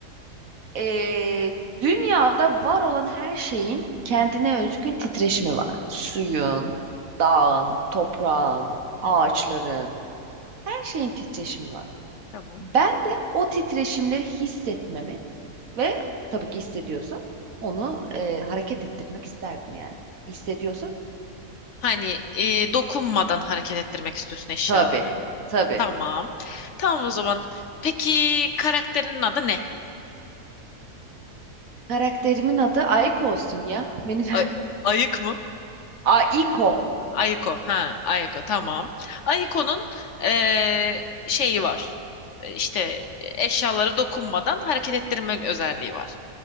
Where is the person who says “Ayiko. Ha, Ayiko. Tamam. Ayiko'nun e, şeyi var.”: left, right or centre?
Left